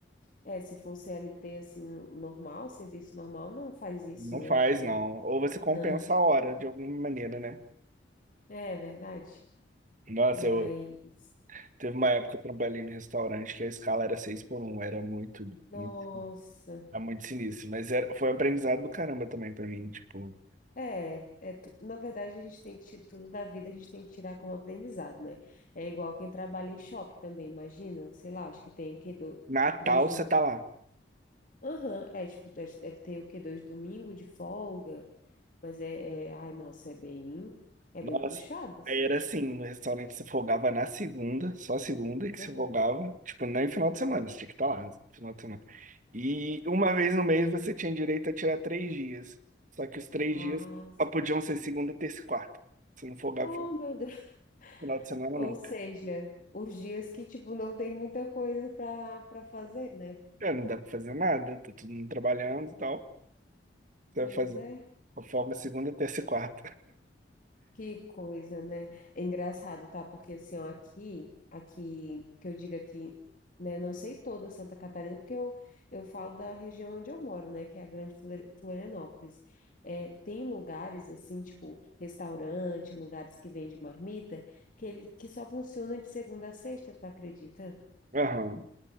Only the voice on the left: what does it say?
é, se for CLT, assim, no- normal, serviço normal, não faz isso,
né?
Então,
não.
É verdade.
Mas,
nossa.
É, é, tu- na verdade, a gente tem que tirar tudo da vida, a gente tem que tirar como aprendizado, né? É igual quem trabalha em shopping também, imagina, sei lá, acho que tem o quê? Do,
dois do.
Aham, é tipo, deve deve ter o quê? Dois domingo de folga, mas é, é- ai, nossa, é bem, é
bem puxado, assim.
Aham,
aham.
Ah,
sim.
oh,
meu Deus. <laughs>
Ou
seja, os dias que, tipo, não tem muita coisa para para fazer, né?
Pois
é.
Que coisa, né? É engraçado, tá? Porque assim, ó, aqui, aqui, que eu digo aqui, né? Não sei toda Santa Catarina, porque eu, eu falo da região onde eu moro, né? Que é a Grande Flor- Florianópolis. É, tem lugares assim, tipo restaurante, lugares que vende marmita, que ele que só funciona de segunda a sexta, tu acredita?